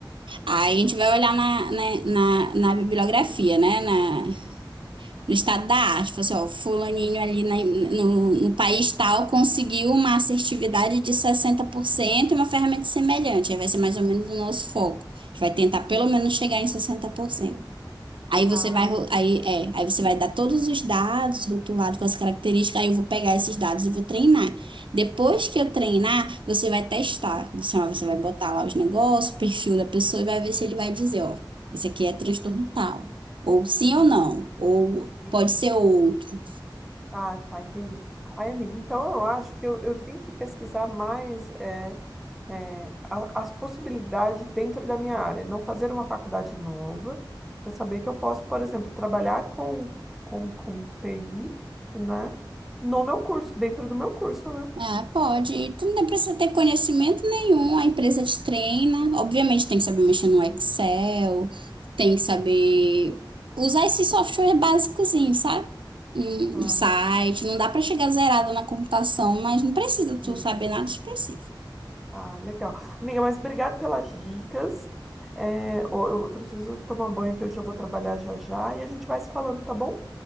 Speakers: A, on the right; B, in the centre.
A: Aí a gente vai olhar na, na, na, na bibliografia, né? Na, no estado da arte, fala assim, ó, fulaninho ali na- no, no país tal conseguiu uma assertividade de 60% e uma ferramenta semelhante. Aí vai ser mais ou menos o nosso foco. A gente vai tentar pelo menos chegar em 60%. Aí
B: Ah,
A: você vai, ro- aí, é, aí você vai dar todos os dados rotulados com as características, aí eu vou pegar esses dados e vou treinar. Depois que eu treinar, você vai testar. Você, ó, você vai botar lá os negócios, o perfil da pessoa e vai ver se ele vai dizer, ó, isso aqui é transtorno tal. Ou sim
B: tá,
A: ou não. Ou
B: entendi.
A: pode ser outro.
B: Ah, tá, entendi. Ai, amiga, então eu acho que eu, eu tenho que pesquisar mais. é, é, a- as possibilidades dentro da minha área. Não fazer uma faculdade nova, mas saber que eu posso, por exemplo, trabalhar com, com, com TI, né? No meu curso, dentro do meu curso, né?
A: Ah, pode. E Tu não precisa ter conhecimento nenhum, a empresa te treina. Obviamente, tem que saber mexer no Excel, tem que saber usar esse software básicozinho, sabe? Um
B: Ah,
A: um site, não dá pra chegar zerada na computação, mas não precisa tu
B: isso.
A: saber nada específico.
B: Ah, legal. Amiga, mas obrigado pelas dicas. É, ó, eu preciso tomar banho que eu já vou trabalhar já já e a gente vai se falando, tá bom?